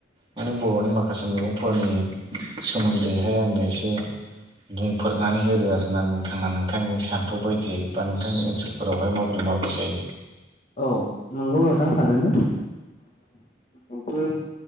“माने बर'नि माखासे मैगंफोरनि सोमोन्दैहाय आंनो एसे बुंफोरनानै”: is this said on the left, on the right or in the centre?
Right